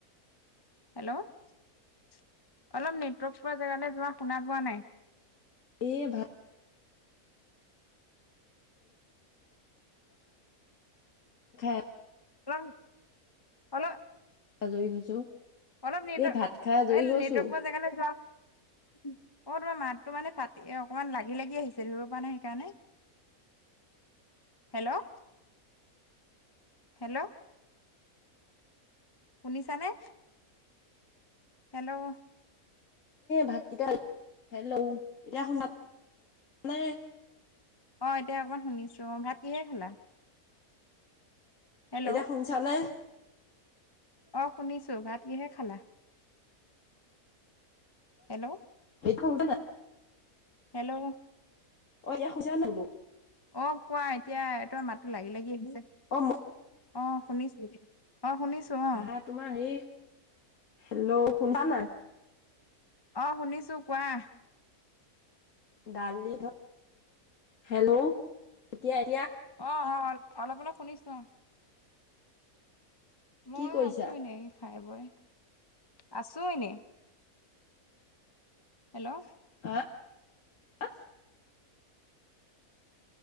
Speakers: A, on the left; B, on the left.
A: হেল্ল' অলপ নেটৰক পোৱা জেগালৈ যোৱা শুনা পোৱা নাই
B: এ ভাত হ
A: <unintelligible>
B: আজৰি হৈছো
A: অলপ নেটৱৰ্ক
B: এ ভাত খাই আজৰি
A: এ
B: হৈছো
A: নেটৱৰ্ক পোৱা জেগালৈ যোৱা অ তোমাৰ মাতটো মানে ফাটি অকমান লাগি লাগি আহিছে ধৰিব পৰা নাই সেইকাৰণে হেল্ল' হেল্ল' শুনিছানে হেল্ল'
B: ভাতকেইটা হেল্ল' এতিয়া শুাল নে
A: অ এতিয়া অকমান শুনিছো ভাত কিহে খালা? হেল্ল'
B: এতিয়া শুনিছ নে?
A: অ শুনিছো ভাত কিহে খালা? হেল্ল'।
B: এটো কট ন <inaudible>
A: হেল্ল'
B: অ ইয়া খোজ নলোক,
A: অ কোৱা এতিয়া তই মাতো লাগি-লাগি আহিছে
B: অ
A: অ শুনিছো অ শুনিছো অ
B: ভা তোমাৰ হেৰি হেল্ল', শুনবা নাই?
A: অ, শুনিছো কোৱা।
B: দালি হেল্ল', এতিয়া <unintelligible>
A: অ-অ অলপ-অলপ শুনিছো। মই
B: কি কৰিছা
A: আছো এনে খাই বৈ আছো এনে হেল্ল',
B: আহ,